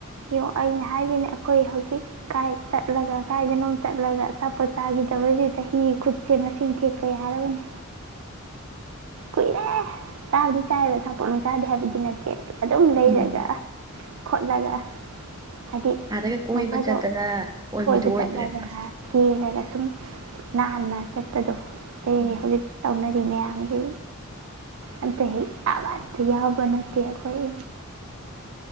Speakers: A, on the right; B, on the right.
A: ꯌꯣ ꯑꯩꯅ ꯍꯥꯏꯖꯤꯅꯤ ꯑꯩꯈꯣꯏ ꯍꯧꯖꯤꯛ ꯀꯥꯏ ꯆꯠꯂꯒ ꯀꯥꯏꯗꯅꯣꯝ ꯆꯠꯂꯒ ꯑꯆꯥꯄꯣꯠ ꯆꯥꯈꯤꯗꯕꯁꯤ ꯆꯍꯤ ꯈꯨꯠꯁꯦ ꯃꯁꯤꯡ ꯊꯦꯛꯄ ꯌꯥꯔꯕꯅꯤ ꯀꯨꯏꯔꯦ ꯆꯥꯕꯗꯤ ꯆꯥꯏꯕ ꯑꯆꯥꯄꯣꯠ ꯑꯣꯢ ꯆꯥꯗꯦ ꯍꯥꯏꯕꯗꯤ ꯅꯠꯇꯦ ꯑꯗꯨ ꯑꯗꯨꯝ ꯂꯩꯔꯒ
B: ꯎꯝ
A: ꯈꯣꯠꯂꯒ ꯍꯥꯏꯗꯤ
B: ꯑꯥꯗꯒ ꯀꯣꯏꯕ
A: ꯅꯣꯡ ꯐꯥꯗꯣꯛ
B: ꯆꯠꯇꯅ ꯑꯣꯏꯕꯤꯗꯣ
A: ꯀꯣꯏꯕ
B: ꯑꯣꯏꯗ꯭ꯔꯦꯕ
A: ꯆꯠꯂꯒ ꯀꯦꯔꯒ ꯁꯨꯝ ꯅꯥꯟꯅ ꯆꯠꯄꯗꯣ ꯑꯇꯩ
B: ꯎꯝ
A: ꯍꯧꯖꯤꯛ ꯇꯧꯅꯔꯤ ꯃꯌꯥꯝꯖꯤ ꯑꯝꯇ ꯍꯦꯛ ꯑꯃꯠꯇ ꯌꯥꯎꯕ ꯅꯠꯇꯦ ꯑꯩꯈꯣꯏ